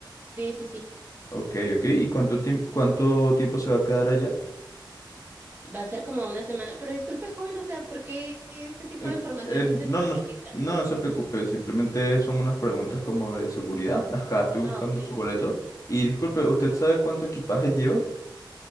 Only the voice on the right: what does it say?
Sí, sí, sí.
Va a ser como una semana, pero disculpe, joven, o sea, ¿por qué este tipo
de información
es necesaria
ahorita?
Ah, ok.